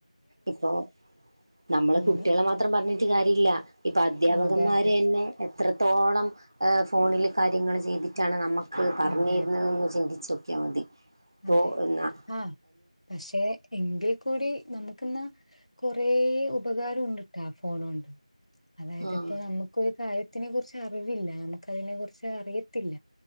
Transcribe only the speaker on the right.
ഇപ്പൊ നമ്മള്
കുട്ടികളെ മാത്രം പറഞ്ഞിട്ട് കാര്യല്ല. ഇപ്പൊ അദ്ധ്യാപകന്മാര്
ന്നെ എത്രത്തോളം എ ഫോണില് കാര്യങ്ങൾ ചെയ്തിട്ടാണ് നമ്മ ക്ക് പറഞ്ഞെരുന്ന്
ഒന്നു ചിന്തിച്ചോക്കിയാ മതി ഇപ്പോ
എന്നാ
ആഹ്